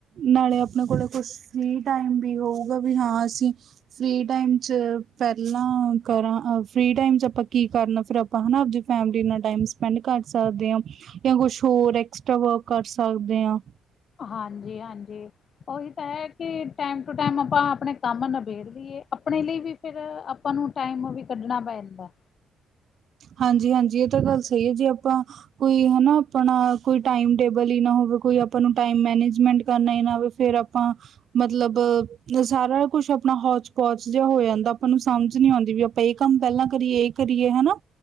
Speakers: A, on the right; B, on the left.
A: ਨਾਲੇ ਆਪਣੇ ਕੋਲੇ ਕੁਛ, ਫ੍ਰੀ ਟਾਈਮ ਵੀ ਹੋਊਗਾ, ਵੀ ਹਾਂ ਅਸੀਂ ਫ੍ਰੀ ਟਾਈਮ 'ਚ ਪਹਿਲਾਂ ਕਰਾਂ ਅ ਫਰੀ ਟਾਈਮ 'ਚ ਆਪਾਂ ਕੀ ਕਰਨਾ ਫਿਰ ਆਪਾਂ ਹਨਾ ਆਪਦੀ ਫੈਮਿਲੀ ਨਾਂ ਟਾਈਮ ਸਪੈਂਡ ਕਰ ਸਕਦੇ ਆਂ ਜਾਂ ਕੁਛ ਹੋਰ ਐਕਸਟ੍ਰਾ ਵਰਕ ਕਰ ਸਕਦੇ ਆਂ।
B: ਹਾਂਜੀ -ਹਾਂਜੀ। ਉਹੀ ਤਾਂ ਹੈ ਕਿ ਟਾਈਮ ਟੂ ਟਾਈਮ ਆਪਾਂ ਆਪਣੇ ਕੰਮ ਨਬੇੜ ਲਈਏ, ਆਪਣੇ ਲਈ ਵੀ ਫਿਰ ਆਪਾਂ ਨੂੰ ਟਾਈਮ ਵੀ ਕੱਢਣਾ ਪੈ ਜਾਂਦਾ।
A: ਹਾਂਜੀ- ਹਾਂਜੀ ਇਹ ਤਾਂ ਗੱਲ ਸਈ ਏ ਜੇ ਆਪਾਂ ਕੋਈ ਹਨਾ ਆਪਣਾ ਕੋਈ ਟਾਈਮ ਟੇਬਲ ਈ ਨਾ ਹੋਵੇ, ਕੋਈ ਆਪਾਂ ਨੂੰ ਟਾਈਮ ਮੈਨੇਜਮੈਂਟ ਕਰਨਾ ਈ ਆਵੇ ਫਿਰ ਆਪਾਂ, ਮਤਲਬ ਸਾਰਾ ਕੁਛ ਆਪਣਾ ਹੌਚ ਪੌਚ ਜਾ ਹੋ ਜਾਂਦਾ, ਆਪਾਂ ਨੂੰ ਸਮਝ ਨੀ ਆਉਂਦੀ ਵੀ ਆਪਾਂ ਏ ਕੰਮ ਪਹਿਲਾਂ ਕਰੀਏ ਕਰੀਏ ਹਨਾ,